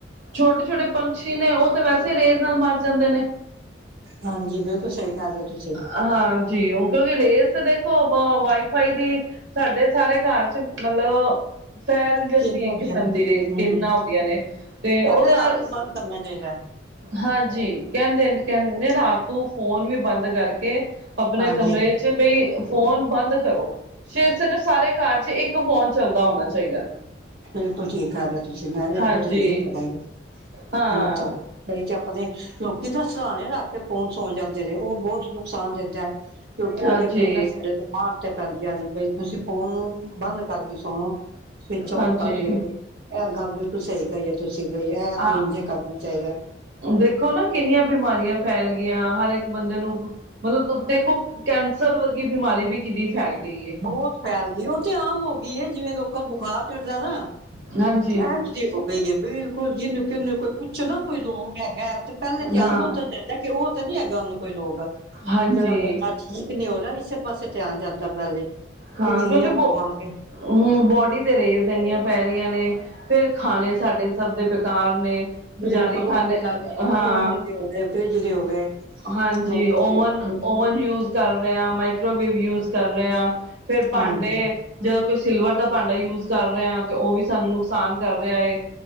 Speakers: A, on the right; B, on the right.
A: ਛੋਟੇ ਛੋਟੇ ਪੰਛੀ ਨੇ ਉਹ ਤੇ ਵੈਸੇ ਹੀ ਰੇਜ਼ ਨਾਲ ਮਰ ਜਾਂਦੇ ਨੇ।
B: ਹਾਂਜੀ, ਬਿਲਕੁਲ ਸਹੀ ਕਹਿ ਰਹੇ ਹੋ ਤੁਸੀਂ।
A: ਹਾਂ। ਜੀ ਉਹ, ਕਿਉਂਕਿ ਰੇਜ਼ ਤੇ ਦੇਖੋ ਵ ਵਾਈਫਾਈ ਦੀ <unintelligible> ਸਾਡੇ ਸਾਰੇ ਘਰ ਚ ਮਤਲਬ। ਫੈਲ ਜਾਂਦੀ
B: ਕਿਵੇਂ
A: ਇੱਕ
B: ਹੋ
A: ਕਿਸਮ
B: ਗਿਆ ਹਮ
A: ਦੀ ਰੇਜ਼ ਕਿਰਣਾਂ ਹੁੰਦੀਆਂ ਨੇ ਤੇ
B: ਕਹਿੰਦੇ
A: ਉਹਦੇ
B: ਰਾਤ
A: ਨਾਲ।
B: ਨੂੰ ਬੰਦ ਕਰਨਾ ਚਾਹੀਦੈ।
A: ਹਾਂਜੀ, ਕਹਿੰਦੇ, ਕਹਿੰਦੇ ਨੇ ਰਾਤ ਨੂੰ ਫੋਨ ਵੀ ਬੰਦ ਕਰਕੇ ਅਪਣੇ
B: ਹਾਂਜੀ
A: ਕਮਰੇ ਚ ਬਈ ਫੋਨ ਬੰਦ ਕਰੋ। ਸਿਰਫ ਸਾਰੇ ਘਰ ਚ ਇੱਕ ਫੋਨ ਚੱਲਦਾ ਹੋਣਾ ਚਾਹੀਦੈ। <unintelligible>
B: ਬਿਲਕੁਲ, ਠੀਕ ਕਹਿ ਰਹੇ ਹੋ ਤੁਸੀਂ ਮੈਂ ਵੀ
A: ਹਾਂਜੀ
B: ਅਗੋ ਤੋ ਇੰਜੋਂ ਹੀ ਕਰਾਂਗੀ।
A: ਹਾਂ
B: ਮਤਲਬ ਕਈ ਤੇ ਅਪਣੇ ਲੋਕੀ ਤਾਂ ਸਰਾਹਣੇ ਰੱਖ ਕੇ ਫੋਨ ਸੌ ਜਾਂਦੇ ਨੇ ਉਹ ਬਹੁਤ ਨੁਕਸਾਨ ਦੇਂਦੈ। ਕਿਉਂਕਿ
A: ਹਾਂਜੀ
B: ਉਹਦਿਆ ਕਿਰਣਾਂ ਸਾਡੇ ਤੋ <unintelligible> ਮਾਗ ਤੇ ਪੈਂਦੀਆਂ ਨੇ ਬਈ ਤੁਸੀਂ ਫੋਨ ਨੂੰ ਬੰਦ ਕਰਕੇ ਸੋਂਵੋਂ ਵਿੱਚੋਂ
A: ਹਾਂਜੀ
B: ਕਰ ਦਿਓ, ਇਹ ਗੱਲ ਬਿਲਕੁਲ ਸਹੀ ਕਹੀਏ ਤੁਸੀਂ ਬਈ ਇਹ
A: ਹਾਂ
B: ਤੇ ਇੰਝ ਕਰਨਾ ਚਾਹੀਦੈ।
A: ਦੇਖੋ ਨਾ ਕਿੰਨੀਆਂ ਬਿਮਾਰੀਆਂ ਫੈਲ ਗਈਆਂ ਹਰ ਇੱਕ ਬੰਦੇ ਨੂੰ ਮਤਲਬ ਦੇਖੋ ਕੈਂਸਰ ਵਰਗੀ ਬਿਮਾਰੀ ਵੀ ਕਿੰਨੀ ਫੈਲ ਗਈ ਏ।
B: ਬਹੁਤ ਫੈਲ ਗਈ ਉਹ ਤੇ ਆਮ ਹੋ ਗਈ ਜਿਵੇਂ ਲੋਕਾਂ ਨੂੰ ਬੁਖਾਰ ਚੜਦੈ ਨਾ।
A: ਹਾਂਜੀ।
B: ਇੰਝ ਹੋ ਗਈ ਔ ਬਿਲਕੁਲ ਜਿਹਨੂੰ ਕਿਨੂੰ ਕੋਈ ਪੁੱਛ ਨਾ ਕੋਈ ਰੋਗ ਹੈਗੈ ਤੇ ਪਹਿਲੇ ਧਿਆਨ
A: ਹਾਂ
B: ਉਧਰ ਕਹਿੰਦਾ ਕਿ ਉਹ ਤਾਂ ਨੀ ਹੈਗਾ ਉਹਨੂੰ ਕੋਈ ਰੋਗ
A: ਹਾਂਜੀ
B: ਜਿਹੜਾ ਬੰਦਾ ਠੀਕ ਨੀ ਹੋ ਰਿਹਾ। ਇਸੇ ਪਾਸੇ ਧਿਆਨ ਜਾਂਦੈ ਪਹਿਲੇ ਕਿ
A: ਹਾਂ
B: ਇੰਨੀਆਂ
A: ਕਿਉਂਕਿ,
B: ਬਿਮਾਰੀਆਂ
A: ਹਮ ਬੋਡੀ ਤੇ ਰੇਜ਼ ਇੰਨੀਆਂ ਪੈ ਰਹੀਆਂ ਨੇ। ਫੇਿਰ ਖਾਣੇ ਸਾਡੇ ਸਭ ਦੇ ਬੇਕਾਰ ਨੇ। ਬਜ਼ਾਰੀ
B: ਬਿਲਕੁਲ ਓਮਨ
A: ਖਾਣੇ
B: ਵਾਲੇ,
A: ਹਾਂ
B: ਓਮਨ ਦੇ ਹੋ ਗਏ, ਫਰਿਜ ਦੇ ਹੋ ਗਏ। <inaudible>
A: ਹਾਂਜੀ
B: ਮਤਲਬ
A: ਓਵਨ, ਓਵਨ ਯੂਜ ਕਰ ਰਿਹਾਾਂ ਮਾਈਕਰੋਵੇਵ ਯੂਜ ਕਰ ਰਿਹੇ ਹਾਂ ਫਿਰ ਭਾਂਡੇ
B: ਹਾਂਜੀ
A: ਜਦੋਂ ਕੋਈ ਸਿਲਵਰ ਦਾ ਭਾਂਡਾ ਯੂਜ ਕਰ ਰਿਹਾ ਹ ਤੇ ਉਹ ਵੀ ਸਾਨੂੰ ਨੁਕਸਾਨ ਕਰ ਰਿਹਾ ਹੈ।